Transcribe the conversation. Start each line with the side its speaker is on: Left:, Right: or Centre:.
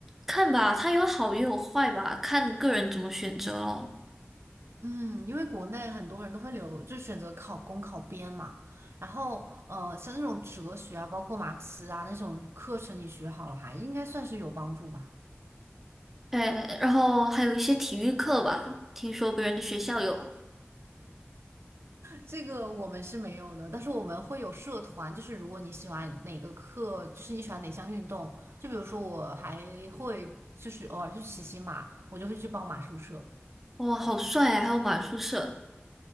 Centre: 看吧，它有好也有坏吧，看个人怎么选择咯。
Right: 嗯，因为国内很多人都会留，就选择考公考编嘛。然后，呃，像那种哲学啊，包括马克思啊那种课程，你学好了还应该算是有帮助吧。
Centre: 对，然后还有一些体育课吧，听说别人的学校有，
Right: 这个我们是没有的，但是我们会有社团，就是如果你喜欢哪个课，就是你喜欢哪项运动，就比如说我还会就是偶尔去骑骑马，我就会去报马术社。
Centre: 哇，好帅啊！还有马术社，